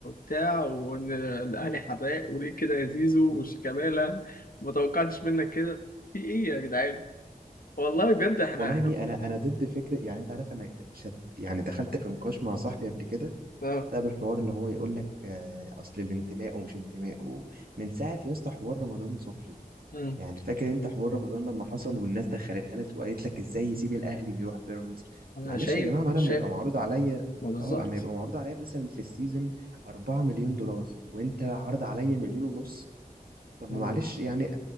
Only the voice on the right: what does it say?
والله
يا ابني انا انا ضد فكره يعني انت عارف انا شد يعني دخلت في نقاش مع صاحبي قبل كده
بسبب الحوار اللي هو يقول لك آه، اصل الانتماء ومش انتماء ومن ساعه يا اسطى حوار رمضان صبحي
يعني فاكر انت حوار رمضان لما حصل والناس دخلتها لك وقالت لك ازاي يسيب الاهلي ويروح بيراميدز
معلش
يا جماعه ما انا
لما يبقى معروض عليا
اه اما يبقى معروض عليا مثلا في السيزون 4 مليون دولار وانت عارض عليا مليون ونص طب
ما معلش يعني